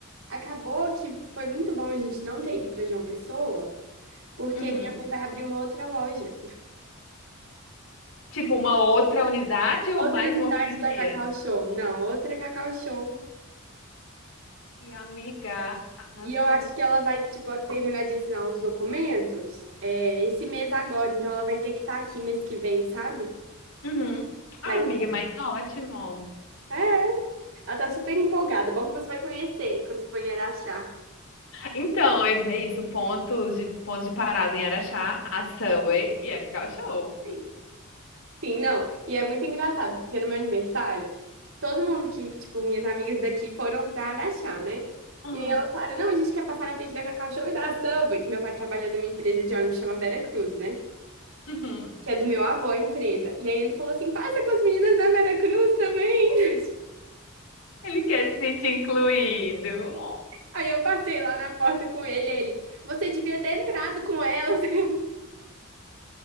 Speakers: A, on the right; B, on the left.
A: Acabou que foi muito bom a gente não ter ido para João Pessoa, porque
B: Uhum.
A: minha mãe vai abrir uma outra loja.
B: Tipo, uma outra unidade ou
A: Outra
B: mais
A: unidade
B: uma franquia?
A: da Cacau Show. Não, outra Cacau Show.
B: E amiga, arrasou.
A: E eu acho que ela vai, tipo, terminar de assinar uns documentos, é, esse mês agora. Então ela vai ter que estar aqui mês que vem, sabe?
B: Uhum. Ah,
A: Tá em-
B: amiga, mas ótimo.
A: É, Ela tá super empolgada. é Bom que você vai conhecer quando você for em Araxá.
B: Então, eu ia dizer isso, pontos de, pontos de parada em Araxá, a Subway e a Cacau Show.
A: Sim, Sim, não. E é muito engraçado, porque no meu aniversário, todo mundo que, tipo, minhas amigas daqui foram pra Araxá, né?
B: Uhum.
A: E aí elas falaram, não, a gente quer passar na frente da Cacau Show e da Subway. E meu pai trabalha numa empresa de ônibus que chama Vera Cruz, né?
B: Uhum.
A: Que é do meu avô, a empresa. E aí ele falou assim, passa com as meninas da Vera Cruz também. <laughs>
B: Ele quer se sentir incluído. Oh.
A: Aí eu passei lá na porta com ele, aí ele, você devia ter entrado com elas. <laughs>